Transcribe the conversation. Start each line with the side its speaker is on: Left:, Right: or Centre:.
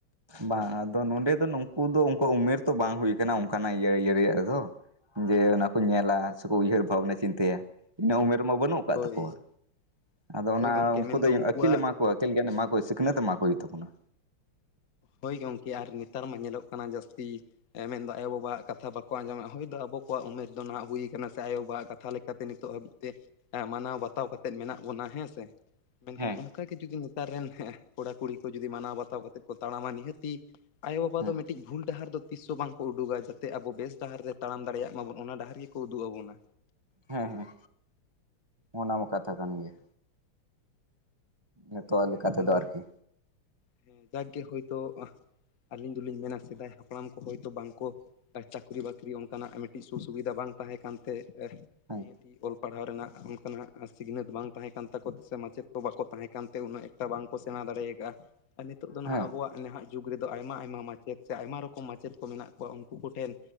Right: ᱵᱟᱝ ᱟᱫᱚ ᱱᱚᱰᱮ ᱫᱚ ᱱᱩᱠᱩ ᱫᱚ ᱩᱝᱠᱩ ᱩᱢᱮᱨ ᱛᱚ ᱵᱟᱝ ᱦᱩᱭ ᱠᱟᱱᱟ ᱚᱱᱠᱟᱱᱟᱜ ᱤᱭᱟᱹ ᱤᱭᱟᱹ ᱨᱮᱭᱟᱜ ᱫᱚ, ᱡᱮ ᱚᱱᱟ ᱠᱚ ᱧᱮᱞᱟ ᱥᱮᱠᱚ ᱩᱭᱦᱟᱹᱨ ᱵᱷᱟᱵᱽᱱᱟᱭᱟ ᱪᱤᱱᱛᱟᱹᱭᱟ, ᱤᱱᱟᱹ ᱩᱢᱮᱨ ᱢᱟ ᱵᱟᱹᱱᱩᱜ ᱠᱟᱜ
Left: ᱦᱳᱭ
Right: ᱛᱟᱠᱚᱣᱟ, ᱟᱫᱚ ᱚᱱᱟ
Left: ᱦᱳᱭ ᱜᱚᱝᱠᱮ
Right: ᱩᱱᱠᱩ
Left: ᱢᱮᱱᱫᱚ
Right: ᱫᱚᱧ
Left: ᱩᱱᱠᱩᱣᱟᱜ
Right: ᱟᱹᱠᱤᱞ ᱮᱢᱟ ᱠᱚᱣᱟ ᱟᱹᱛᱤᱞ ᱜᱮᱭᱟᱱ ᱮᱢᱟᱠᱚ ᱥᱤᱠᱷᱱᱟᱹᱛ ᱮᱢᱟᱠᱚ ᱦᱩᱭᱩᱜ ᱛᱟᱵᱚᱱᱟ᱾
Left: ᱦᱳᱭ ᱜᱚᱝᱠᱮ ᱟᱨ ᱱᱮᱛᱟᱨ ᱢᱟ ᱧᱮᱞᱚᱜ ᱠᱟᱱᱟ ᱡᱟᱹᱥᱛᱤ ᱮ ᱢᱮᱱᱫᱚ ᱟᱭᱳᱼᱵᱟᱵᱟᱣᱟᱜ ᱠᱟᱛᱷᱟ ᱵᱟ ᱠᱚ ᱟᱡᱚᱢᱮᱜᱼᱟ ᱦᱩᱭ ᱫᱚ ᱟᱵᱚ ᱠᱚᱣᱟᱜ ᱩᱢᱮᱨ ᱫᱚ ᱱᱟᱸᱜ ᱦᱩᱭ ᱠᱟᱱᱟ ᱥᱮ ᱟᱭᱳᱼᱵᱟᱵᱟᱣᱟᱜ ᱠᱟᱛᱷᱟ ᱞᱮᱠᱟᱛᱮ ᱱᱤᱛᱚᱜ ᱦᱟᱹᱵᱤᱡ ᱛᱮ ᱮ ᱢᱟᱱᱟᱣ ᱵᱟᱛᱟᱣ ᱠᱟᱛᱮᱫ ᱢᱮᱱᱟᱜ ᱵᱚᱱᱟ ᱦᱮᱸᱥᱮ, ᱢᱮᱱᱠᱷᱟᱱ
Right: ᱦᱮᱸ
Left: ᱚᱱᱠᱟᱜᱮ ᱡᱩᱫᱤ ᱛᱟᱨ ᱨᱮᱱ ᱦᱮᱸ ᱠᱚᱲᱟ ᱠᱩᱲᱤ ᱠᱚ ᱡᱩᱫᱤ ᱢᱟᱱᱟᱣ ᱵᱟᱛᱟᱣ ᱠᱟᱛᱮᱫ ᱠᱚ ᱛᱟᱲᱟᱢᱟ ᱱᱤᱦᱟᱹᱛᱤ ᱟᱭᱳᱼᱵᱟᱵᱟ
Right: ᱦᱮᱸ
Left: ᱫᱚ ᱢᱤᱫᱴᱤᱡ ᱵᱷᱩᱞ ᱰᱟᱦᱟᱨ ᱫᱚ ᱛᱤᱥ ᱦᱚᱸ ᱵᱟᱝᱠᱚ ᱩᱸᱰᱩᱜᱟ ᱡᱟᱛᱮ ᱟᱵᱚ ᱵᱮᱥ ᱰᱟᱦᱟᱨ ᱨᱮ ᱛᱟᱲᱟᱢ ᱫᱟᱲᱮᱭᱟᱜ ᱢᱟᱵᱚᱱ ᱚᱱᱟ ᱰᱟᱦᱟᱨ ᱜᱮᱠᱚ ᱩᱫᱩᱜ ᱟᱵᱚᱱᱟ᱾
Right: ᱦᱮᱸ ᱦᱮᱸ, ᱚᱱᱟ ᱢᱟ ᱠᱟᱛᱷᱟ ᱠᱟᱱ ᱜᱮᱭᱟ᱾ ᱱᱤᱛᱚᱜ
Left: ᱦᱮᱸ
Right: ᱞᱮᱠᱟ ᱛᱮᱫᱚ
Left: ᱟᱫᱚ
Right: ᱟᱨᱠᱤ
Left: ᱦᱮᱸ ᱡᱟᱜᱠᱮ ᱦᱳᱭᱛᱚ ᱟᱹᱞᱤᱧ ᱫᱚᱞᱤᱧ ᱢᱮᱱᱟ ᱥᱮᱫᱟᱭ ᱦᱟᱯᱲᱟᱢ ᱠᱚ ᱦᱳᱭᱛᱚ ᱵᱟᱝᱠᱚ ᱪᱟᱹᱠᱨᱤ ᱵᱟᱹᱠᱨᱤ ᱚᱱᱠᱟᱱᱟᱜ ᱢᱤᱫᱴᱤᱡ ᱥᱩ ᱥᱩᱵᱤᱫᱷᱟ ᱵᱟᱝ ᱛᱟᱦᱮᱸ ᱠᱟᱱᱛᱮ
Right: ᱦᱮᱸ
Left: ᱱᱤᱭᱟᱹᱛᱤ ᱚᱞ ᱯᱟᱲᱦᱟᱣ ᱨᱮᱱᱟᱜ ᱚᱱᱠᱟᱱᱟᱜ ᱥᱤᱠᱷᱱᱟᱹᱛ ᱵᱟᱝ ᱛᱟᱦᱮᱸ ᱠᱟᱱ ᱛᱟᱠᱚᱣᱟ ᱥᱮ ᱢᱟᱪᱮᱫ ᱫᱚ ᱵᱟᱠᱚ ᱛᱟᱦᱮᱸ ᱠᱟᱱᱛᱮ ᱩᱱᱟᱹᱜ ᱮᱠᱴᱟ ᱵᱟᱝ ᱠᱚ ᱥᱮᱬᱟ ᱫᱟᱲᱮᱭᱟᱠᱟᱜᱼᱟ, ᱟᱨ ᱱᱤᱛᱚᱜ ᱫᱚ ᱱᱷᱟᱜ
Right: ᱦᱮᱸ
Left: ᱟᱵᱚᱣᱟᱜ ᱱᱟᱦᱟᱜ ᱡᱩᱜᱽ ᱨᱮᱫᱚ ᱟᱭᱢᱟᱼᱟᱭᱢᱟ ᱢᱟᱪᱮᱫ ᱥᱮ ᱟᱭᱢᱟ ᱨᱚᱠᱚᱢ ᱢᱟᱪᱮᱫ ᱠᱚ ᱢᱮᱱᱟᱜ ᱠᱚᱣᱟ, ᱩᱱᱠᱩ ᱠᱚᱴᱷᱮᱱ